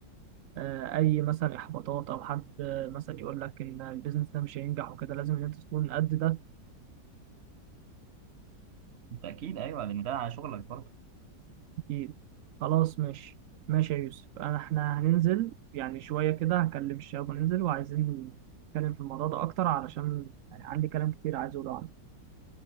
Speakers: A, on the right; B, on the right.
A: آه، اي مثلا احباطات او حد آه، مثلا يقول لك ان البيزنس ده مش هينجح وكده لازم ان انت تكون قد ده
B: بالتاكيد ايوه لان ده شغلك برضه
A: اكيد خلاص ماشي ماشي يا يوسف انا احنا هننزل يعني شويه كده هكلم الشباب وننزل وعايزين نتكلم في الموضوع ده اكتر علشان يعني عندي كلام كتير عايز اقوله عنه